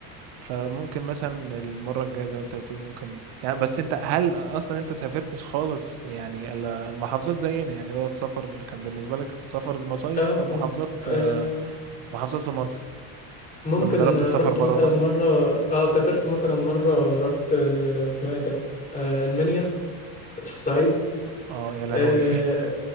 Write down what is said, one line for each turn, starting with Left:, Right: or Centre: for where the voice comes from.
Right: فممكن مثلا المره الجايه زي ما انت بتقول ممكن يعني بس انت هل اصلا انت سافرتش خالص يعني الا محافظات زينا يعني اللي هو السفر اللي كان بالنسبه لك السفر المصايف
Left: اه
Right: في محافظات
Left: اه آه،
Right: آه، محافظات في مصر
Left: ممكن
Right: ولا جربت
Left: آه،
Right: السفر
Left: رحت
Right: بره
Left: مثلا
Right: مصر
Left: مرة اه سافرت مثلا مرة رحت آه اسمها ايه ده آه المنيا في الصعيد
Right: اه يا لهوي
Left: اه